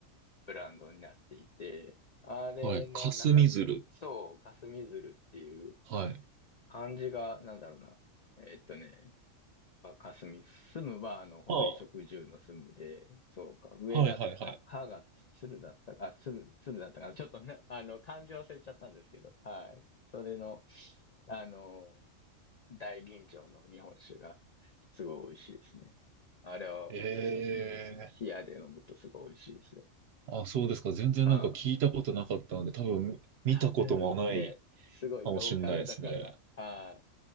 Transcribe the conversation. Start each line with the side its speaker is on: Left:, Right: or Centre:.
Left: ブランドになっていて、あれの、
Right: はい。霞鶴。
Left: なんか、そう、霞鶴っていう
Right: はい。
Left: 漢字が、なんだろうな。えっとね、あ霞、住むは、あの、本当衣食住の住むで、
Right: ああ、
Left: そうか、上が、
Right: はい、はい、はい。
Left: か、かがつ鶴だったか、あ、鶴、鶴だったかな。ちょっとね、あの、漢字忘れちゃったんですけど、はい。それの、あの、大吟醸の日本酒が、すごい美味しいですね。あれはおすすめですね。
Right: ええ
Left: 冷やで飲むとすごい美味しいですよ。
Right: あ、そうですか。全然なんか聞いたことなかったので、
Left: はい
Right: 多分見たこともない
Left: あ、多分ね、すごいローカルだから、
Right: かもしれないですね。
Left: は